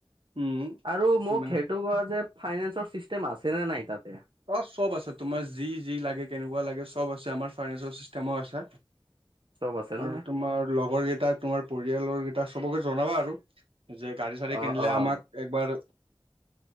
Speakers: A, on the right; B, on the right.
A: উম
B: আৰু মোক
A: মানে
B: সেইটো কোৱা যে ফাইনেন্সৰ চিষ্টেম আছেনে নাই তাতে?
A: অ, চব আছে তোমাৰ যি যি লাগে, কেনেকুৱা লাগে চব আছে আমাৰ ফাইনেন্সৰ চিষ্টেম' আছে।
B: চব আছে নে
A: আৰু তোমাৰ লগৰ কেইটাক, তোমাৰ পৰিয়ালৰ কেইটাক চবকে জনাবা আৰু। যে গাড়ী চাড়ি
B: অ'
A: কিনিলে
B: অ'
A: আমাক- একবাৰ